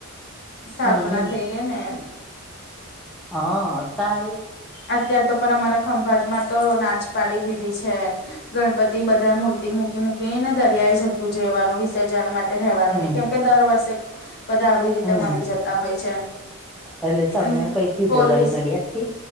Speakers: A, on the left; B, in the centre.
A: સ્થાપના
B: હમ
A: થઈ ગઈ ને
B: હા તારે
A: અત્યાર તો પણ અમારા ખંભાત માં તો નાચ પાડી દીધી છે. ગણપતિ બધા મૂર્તિ મૂકી મૂકીને દરિયાઈ જતું જ રહેવાનું વિસર્જન માટે રહેવાનું
B: હમ
A: નહી કેમ કે દર વર્ષે બધા આવી રીતે
B: હમ
A: મરી જતા હોય છે,
B: એટલે તમે
A: અન
B: કઈથી
A: પોલીસ
B: બોલો એ નડિયાદ થી